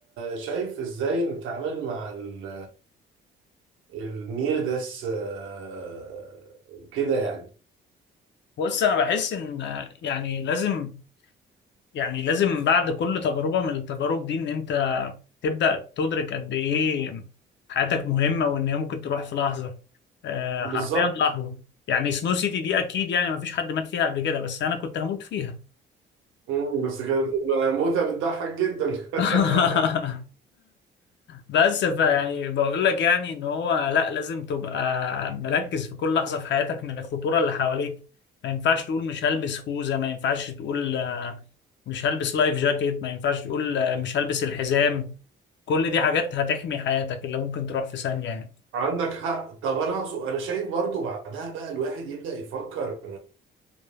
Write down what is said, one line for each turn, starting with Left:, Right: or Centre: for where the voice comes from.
Right: شايف ازاي نتعامل مع ال... النير داس آه، كده يعني
Left: بص انا بحس ان آه، يعني لازم يعني لازم بعد كل تجربة من التجارب دي ان انت تبدأ تدرك قد ايه حياتك مهمة وان هي ممكن تروح في لحظة آه،
Right: بالظبط
Left: حرفيا لحظة يعني سنو سيتي دي اكيد يعني ما فيش حد مات فيها قبل كده بس انا كنت هموت فيها
Right: مم، بس كده تبقى موتة بتضحك جدا <laughs>
Left: <laughs> بس فيعني بقول لك يعني ان هو لا لازم تبقى مركز في كل لحظه في حياتك من الخطوره اللي حواليك ما ينفعش تقول مش هلبس خوذه ما ينفعش تقول آه، مش هلبس لايف جاكيت ما ينفعش تقول آه، مش هلبس الحزام كل دي حاجات هتحمي حياتك اللي ممكن تروح في ثانيه يعني
Right: عندك حق طب انا اقصد انا شايف برضو بعدها بقى الواحد يبدأ يفكر